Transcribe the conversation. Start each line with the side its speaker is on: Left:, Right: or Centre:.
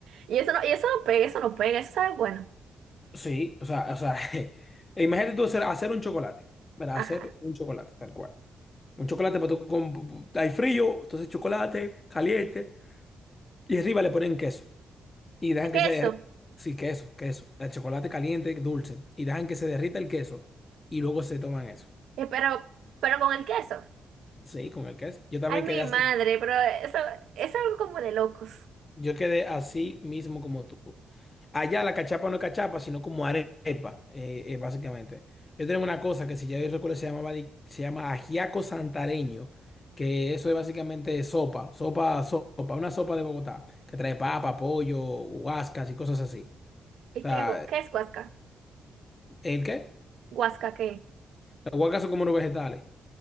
Right: Y eso no, y eso no pega, eso no pega, eso sabe bueno.
Left: Sí, o sea, o sea, <laughs> e imagínate tú hacer, hacer un chocolate, ¿verdad?
Right: Ajá.
Left: Hacer un chocolate, tal cual. Un chocolate, pues tú con- hay frío, entonces chocolate, caliente, y arriba le ponen queso. Y dejan
Right: Queso.
Left: que se derrita. Sí, queso, queso. El chocolate caliente, dulce. Y dejan que se derrita el queso. Y luego se toman eso.
Right: Eh, pero, pero con el queso.
Left: Sí, con el queso. Yo también
Right: Ay, mi
Left: quedé así.
Right: madre, pero eso, es algo como de locos.
Left: Yo quedé así mismo como tú. Allá la cachapa no es cachapa, sino como arepa, eh, eh, básicamente. Yo tengo una cosa que si ya yo recuerdo se llamaba, di- se llama ajiaco santareño, que eso es básicamente sopa, sopa, sopa, una sopa de Bogotá, que trae papa, pollo, huascas y cosas así.
Right: ¿Y
Left: O sea,
Right: qué, gu- qué es guasca?
Left: ¿el qué?
Right: ¿Guasca qué?
Left: Las huascas son como unos vegetales.